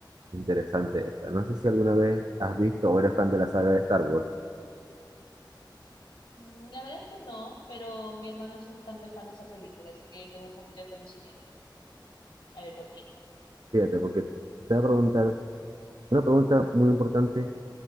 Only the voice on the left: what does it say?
Mm, La verdad es que no, pero mi hermano sí es bastante fan de esa película, así que tengo un poquito de conocimiento. A ver, ¿por qué?